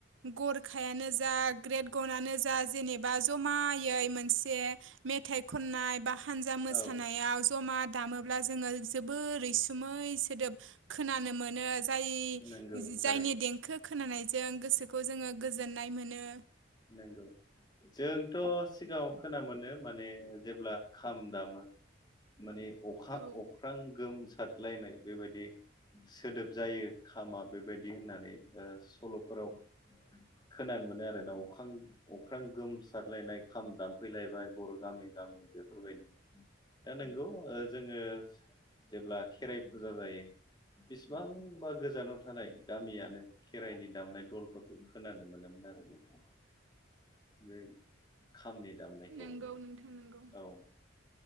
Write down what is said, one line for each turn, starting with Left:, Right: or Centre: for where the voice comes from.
Right: गरखायानो जा ग्रेट गनानो जा जेनेबा जमायै मोनसे मेथाइ खननाय बा हानजा मोसानायाव
Left: औ
Right: जमा दामोब्ला जोङो जोबोर रैसुमै सोदोब खोनानो मोनो। जाय
Left: नंगौ थारैनो
Right: जायनि देंखो खोनानायजों गोसोखौ जोङो गोजोननाय मोनो।
Left: नोंगौ जोंथ' सिगाङाव खोना मोनो माने जेब्ला खाम दामो। माने अखा
Right: औ
Left: अख्रां गोमसारलायनाय बेबायदि सोदोब जायो खामा बेबायदि होननानै ओ सल'फोराव खोनानो मोनो आरो नाव <unintelligible> अख्रां गोमसारलायनाय खाम दामफैलायबाय बर' गामि गामि बेफोरबायदि दा नोंगौ ओ जोङो जेब्ला खेराइ फुजा जायो बेसिबांबा गोजानाव थानाय गामियानो खेराइनि दामनाय दलफोरखौ खोनानो मोनोमोन आरो नोंथां बे खामनि दामनायखौ
Right: नंगौ नोंथां नंगौ।
Left: औ